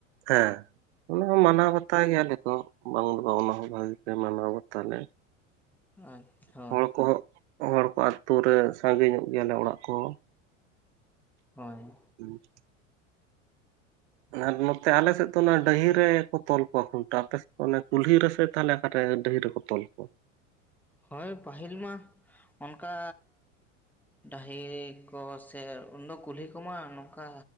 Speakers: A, on the right; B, in the centre.
A: ᱦᱮᱸ ᱚᱱᱟ ᱦᱚᱸ ᱢᱟᱱᱟᱣ ᱵᱟᱛᱟᱣ ᱜᱮᱭᱟ ᱟᱞᱮ ᱠᱚ ᱵᱟᱝ ᱫᱚ ᱵᱟᱝ ᱚᱱᱟ ᱦᱚᱸ ᱵᱷᱟᱜᱤ ᱜᱮ ᱢᱟᱱᱟᱣ ᱵᱟᱛᱟᱣ ᱞᱮ
B: ᱟᱨ ᱦᱳᱭ
A: ᱦᱚᱲ ᱠᱚᱦᱚᱸ ᱦᱚᱲ ᱠᱚ ᱟᱹᱛᱩ ᱨᱮ ᱥᱟᱺᱜᱮ ᱧᱚᱜ ᱜᱮᱭᱟᱞᱮ ᱚᱲᱟᱜ ᱠᱚᱦᱚᱸ
B: ᱦᱳᱭ ᱾
A: ᱦᱩᱸ ᱾ ᱟᱨ ᱱᱚᱛᱮ ᱟᱞᱮ ᱥᱮᱫ ᱫᱚ ᱚᱱᱟ ᱰᱟᱹᱦᱤ ᱨᱮᱠᱚ ᱛᱚᱞ ᱠᱚᱣᱟ ᱠᱷᱩᱱᱴᱟᱹᱣ ᱟᱯᱮ ᱥᱮᱫ ᱫᱚ ᱚᱱᱮ ᱠᱩᱞᱦᱤ ᱨᱮ ᱥᱮ ᱛᱟᱦᱚᱞᱮ ᱚᱠᱟᱨᱮ ᱰᱟᱹᱦᱤ ᱨᱮᱠᱚ ᱛᱚᱞ ᱠᱚ ᱛᱚᱞ ᱠᱚ
B: ᱦᱳᱭ ᱯᱟᱹᱦᱤᱞ ᱢᱟ ᱚᱱᱠᱟ᱾ ᱰᱟᱹᱦᱤ ᱠᱚ ᱥᱮ ᱩᱱᱫᱚ ᱠᱩᱞᱦᱤ ᱠᱚᱢᱟ ᱱᱚᱝᱠᱟ